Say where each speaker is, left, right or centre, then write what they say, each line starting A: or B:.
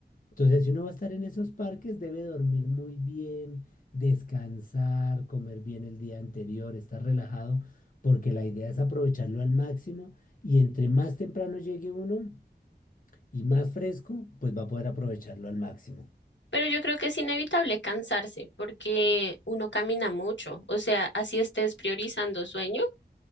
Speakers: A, on the left; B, on the left.
A: Entonces, si uno va a estar en esos parques, debe dormir muy bien, descansar, comer bien el día anterior, estar relajado, porque la idea es aprovecharlo al máximo y entre más temprano llegue uno y más fresco, pues va a poder aprovecharlo al máximo.
B: Pero yo creo que es inevitable cansarse porque uno camina mucho. O sea, así estés priorizando sueño,